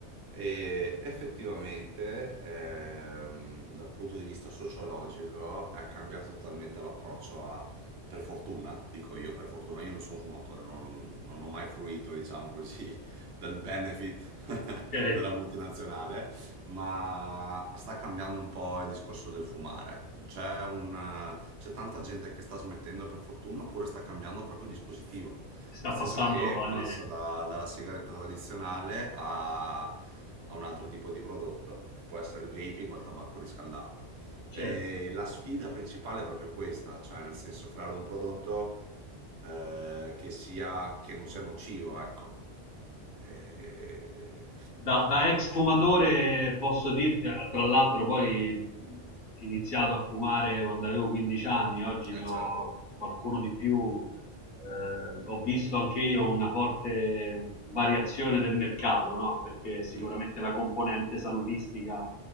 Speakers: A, on the right; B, on the left.
A: E effettivamente, ehm, dal punto di vista sociologico, è cambiato totalmente l'approccio a, per fortuna, dico io per fortuna, io non sono fumatore, non non ho mai fruito, diciamo così, del benefit <laughs>
B: ok,
A: della multinazionale ma sta cambiando un po' il discorso del fumare. C'è, un, c'è tanta gente che sta smettendo per fortuna oppure sta cambiando proprio dispositivo,
B: sta
A: nel
B: passando
A: senso che
B: alle...
A: passa da- dalla sigaretta tradizionale a, a un altro tipo di prodotto, che può essere il vaping o il tabacco riscaldato.
B: Certo.
A: E la sfida principale è proprio questa, cioè nel senso creare un prodotto eh, che sia, che non sia nocivo, ecco. E...
B: Da, da ex fumatore posso dirti, eh, tra l'altro poi ho iniziato a fumare quando avevo 15 anni, oggi ne
A: Eh, certo.
B: ho qualcuno di più, eh, ho visto anche io una forte variazione del mercato, no? Perché sicuramente
A: Mhm.
B: la componente salutistica